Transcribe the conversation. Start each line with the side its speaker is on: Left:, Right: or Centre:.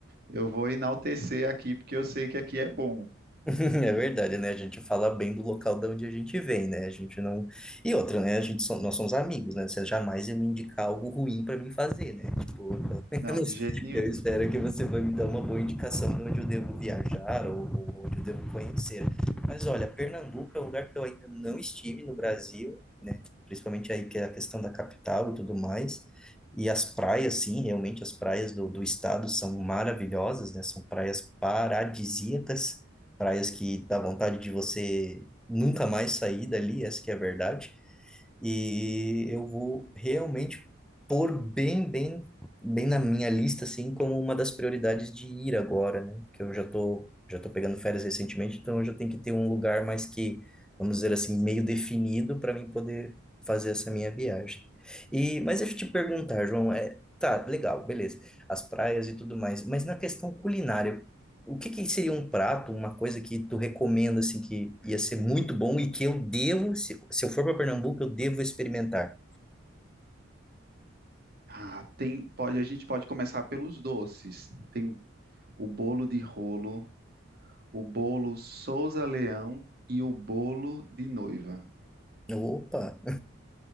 Right: eu vou enaltecer aqui porque eu sei que aqui é bom.
Centre: É verdade, né? A gente fala bem do local de onde a gente vem, né? A gente não. E outra, né? A gente som- nós somos amigos, né? Você jamais ia me indicar algo ruim para mim fazer, né? Tipo, pelo <laughs> menos
Right: Não, de jeito nenhum.
Centre: eu espero que você vai me dar uma boa indicação de onde eu devo viajar ou, ou onde eu devo conhecer. Mas olha, Pernambuco é um lugar que eu ainda não estive no Brasil principalmente aí que é a questão da capital e tudo mais. E as praias, sim, realmente as praias do, do estado são maravilhosas, né? São praias paradisíacas, praias que dá vontade de você nunca mais sair dali, essa que é a verdade. E eu vou realmente pôr bem, bem, bem na minha lista, assim, como uma das prioridades de ir agora, né? Porque eu já tô, já tô pegando férias recentemente, então eu já tenho que ter um lugar mais que, vamos dizer assim, meio definido para mim poder fazer essa minha viagem. E, mas deixa eu te perguntar, João, é, tá, legal, beleza, as praias e tudo mais, mas na questão culinária, o que que seria um prato, uma coisa que tu recomenda, assim, que ia ser muito bom e que eu devo, se, se eu for para Pernambuco, eu devo experimentar?
Right: Ah, tem, pode, a gente pode começar pelos doces. Tem o bolo de rolo, o bolo Souza Leão e o bolo de noiva.
Centre: Eu, Opa,